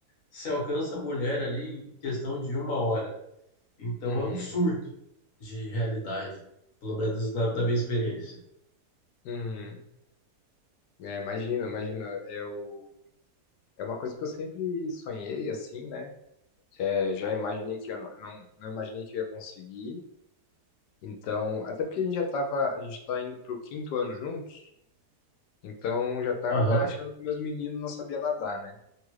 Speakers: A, on the left (about 60°); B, on the left (about 85°).
A: você alcança a mulher ali em questão de uma hora. Então
B: Uhum.
A: é um surto de realidade, pelo menos na, na minha experiência.
B: Uhum. É, imagina, imagina. Eu, é uma coisa que eu sempre sonhei, assim, né? É, já imaginei que eu não, não, não imaginei que eu ia conseguir. Então, até porque a gente já tava, a gente tá indo pro quinto ano juntos, então já tava
A: Aham.
B: tá achando que meus meninos não sabiam nadar, né?